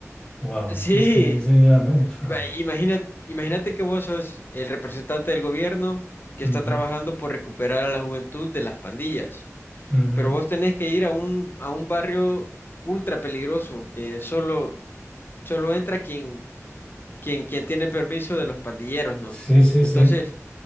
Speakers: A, on the left; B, on the left.
A: wow,
B: Sí,
A: es que es una- fua.
B: Va, Imagina, imagínate que vos sos el representante del gobierno que
A: Ujú,
B: está trabajando por recuperar a la juventud de las pandillas,
A: ujú.
B: pero vos tenés que ir a un, a un barrio ultra peligroso que solo, solo entra quien, quien, quien tiene permiso de los pandilleros, ¿no?
A: Sí, sí,
B: Entonces,
A: sí.